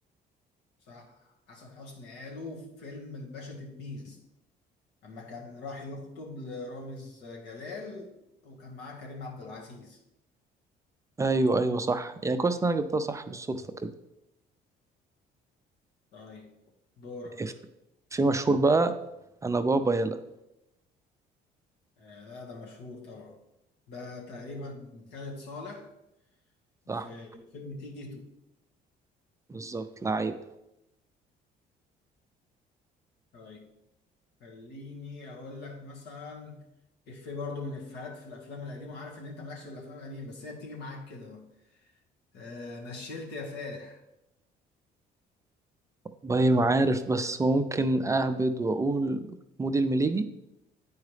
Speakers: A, on the left (about 80°); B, on the right (about 20°).
A: صح حسن حسني قالوا في فيلم الباشا تلميذ اما كان راح يخطب لرامز جلال وكان معاه كريم عبد العزيز
B: أيوه أيوه صح يعني كويس إن أنا جبتها صح بالصدفة كده
A: طيب دورك
B: إف- في مشهور بقى أنا بابا يلا
A: آه لا ده مشهور طبعا ده تقريبا خالد صالح
B: صح
A: في فيلم تيتو
B: بالظبط لعيب
A: طيب خليني اقول لك مثلا افيه برضو من افيهات في الافلام القديمه وعارف ان انت مالكش في الافلام القديمه بس هي بتيجي معاك كده بقى آه نشلت يا فالح
B: باي ما عارف بس ممكن أهبد وأقول مودي المليجي